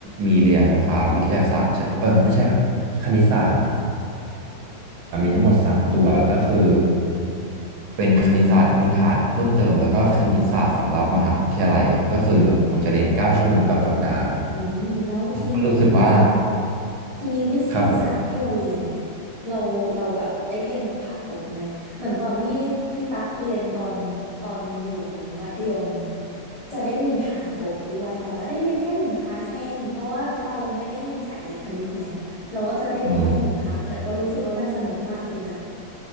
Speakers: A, on the right; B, on the left.
A: มีเรียนอ่าวิทยาศาสตร์ใช่เออไม่ใช่ครับคณิตศาสตร์ ทั้งหมดสามตัวก็คือเป็นคณิตศาสตร์พื้นฐานเพิ่มเติมแล้วก็คณิตศาสตร์สำหรับมหาวิทยาลัยก็คือผมจะเรียนเก้าชั่วโมงต่อสัปดาห์ครับ
B: อืมแล้วทีนี้
A: ก็รู้สึกว่า
B: ทีนี้วิทยาศาสตร์ที่เราเรียนเนี่ยเราเราแบบได้เรียนแบบผ่ากบไหมเหมือนตอนที่พี่ตั๊กเรียนตอนตอนอยู่มัธยมเนี่ย
A: ครับผม
B: จะได้เรียนผ่ากบด้วยแต่ว่าได้เรียนแค่หนึ่งคลาสเองเพราะว่าเราไม่ได้เรียนสายวิทย์คณิตไงเราก็จะได้เรียนแค่หนึ่งครั้งแต่ก็รู้สึกว่ามันสนุกมากเลยนะ
A: ม